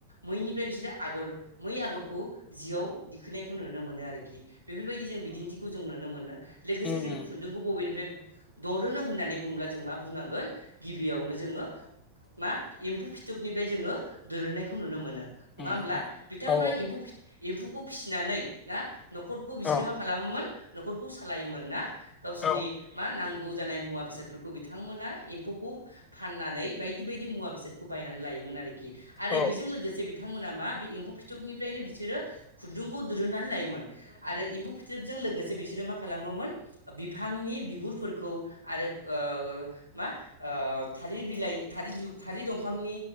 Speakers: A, on the right (about 85°); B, on the left (about 20°).
A: मैनिफ्राय बिसोरो आगर मै आगरखौ जिआव दिखोननायखौ नुनो मोनो आरोखि। बेफोरबायदि जों बिदिन्थिखौ जों नुनो मोनो। लोगोसे
B: उम
A: जों
B: उम
A: खुन्दुंखौ बबेनि फ्राय दरोनो होननानै बुंब्ला जों मा बुंनांगोन गिबियावनो जोङो मा एम्फौ फिथोबनिफ्राय जोङो दोरुनायखौ नुनो मोनो। नङा
B: उम
A: होमब्ला?
B: उम
A: बिथांमोना
B: औ
A: एम्फु फि एम्फौखौ फिसिनानै ना न'खरखौ बिसोरो
B: औ
A: मा खालामोमोन न'खरखौ सालायोमोन ना। गावसोरनि
B: औ
A: मा नांगौ जानाय मुवा बेसादफोरखौ बिथांमोना एम्फौखौ फाननानै बायदि बायदि मुवा बेसादखौ बायनानै लायोमोन आरोखि। आरो
B: औ
A: बेजों लोगोसे बि थांमोना मा बे एम्फौ फिथोबनिफ्रायनो बिसोरो खुन्दुंखौ दुरुननानै लायोमोन। आरो एम्फौ फिथोबजों लोगोसे बिसोरो मा खालामोमोन बिफांनि बि गुरफोरखौ आरो ओ ओ ओ मा ओ थालिर बिलाइ थालि-थालिर दंफांनि